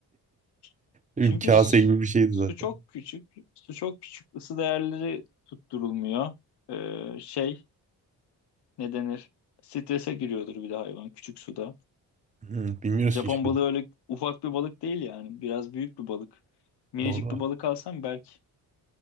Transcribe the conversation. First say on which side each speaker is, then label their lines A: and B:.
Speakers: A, on the left; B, on the right.
A: <laughs>
B: Bir
A: Çünkü
B: <laughs> kase
A: su,
B: gibi bir şeydi
A: su
B: zaten.
A: çok küçük. Su çok küçük. Isı değerleri tutturulmuyor. Ee, şey ne denir? Strese giriyordur bir de hayvan küçük suda.
B: Hı, bilmiyoruz
A: Japon
B: ki işte.
A: balığı öyle ufak bir balık değil yani. Biraz büyük bir balık. Minicik
B: Doğru.
A: bir balık alsam belki.